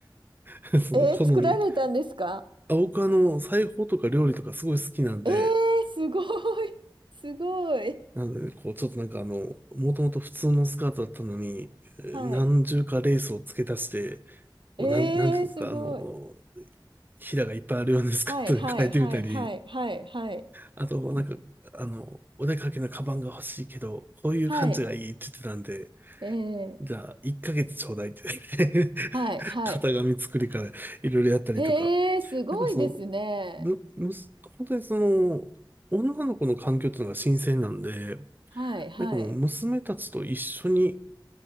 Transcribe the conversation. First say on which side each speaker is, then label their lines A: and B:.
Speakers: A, on the right; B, on the right.
A: <laughs> その好みに。
B: えー作られたんですか
A: あ、僕あの、裁縫とか料理とかすごい好きなんで、
B: えー、すごい、すごい。
A: なのでね、こう、ちょっとなんかあの、もともと普通のスカートだったのに、えー何重かレースを付け足して、
B: はい。
A: こう、
B: えー、
A: なん、なんていうんですか、
B: すごい。
A: あの、ひらがいっぱいあるようなスカートに変えてみたり、
B: はい、はい、はい、はい、はい、はい。
A: あと、なんか、あの、お出かけのカバンが欲しいけど、こういう感じがいいって言ってたんで、
B: はい。ええ
A: じゃあ、1ヶ月ちょうだいって <laughs>
B: はい、はい。
A: 型紙作りからいろいろやったりとか。
B: ええすごいですね。
A: なんかその、む、むす、本当にその、女の子の環境っていうのが新鮮なんで、
B: はい、はい。
A: なんかもう娘たちと一緒に